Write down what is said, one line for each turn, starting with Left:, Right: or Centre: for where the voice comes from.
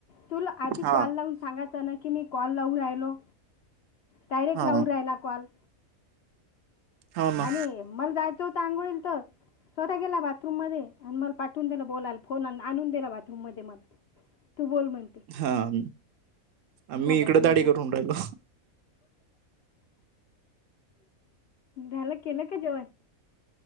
Left: तुला आधी
Right: हा
Left: कॉल लावून सांगा ना की मी कॉल लावून राहिलो डायरेक्ट
Right: हा
Left: लावू राहिला कॉल
Right: हो ना
Left: आणि मला जायचं होतं आंघोळ तर स्वतः गेला बाथरूम मध्ये आणि मला पाठून दिलं बोलाला फोन आणून दिला बाथरूम मध्ये मग तू बोल म्हण
Right: हा. मी
Left: बदमाश
Right: इकडे दाडी करून राहिलो.
Left: झाल. केलं का जेवण?